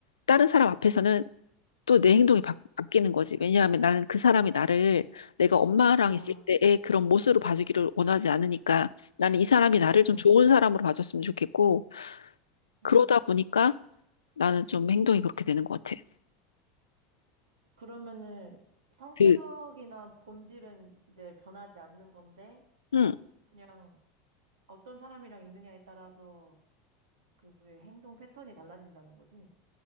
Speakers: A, on the left (about 80°); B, on the right (about 70°).
A: 다른 사람 앞에서는 또 내 행동이 바, 뀌는 거지. 왜냐하면 나는 그 사람이 나를 내가 엄마랑
B: 아,
A: 있을 때의 그런 모습으로 봐주기를 원하지 않으니까 나는 이 사람이 나를
B: 뭐,
A: 좀 좋은 사람으로 봐줬으면 좋겠고 그러다
B: 음.
A: 보니까 나는 좀 행동이 그렇게 되는 것 같아.
B: 그러면은 성격이나
A: 그,
B: 본질은 이제 변하지 않는 건데,
A: 음.
B: 그냥 어떤 사람이랑 있느냐에 따라서 그 행동 패턴이 달라진다는 거지?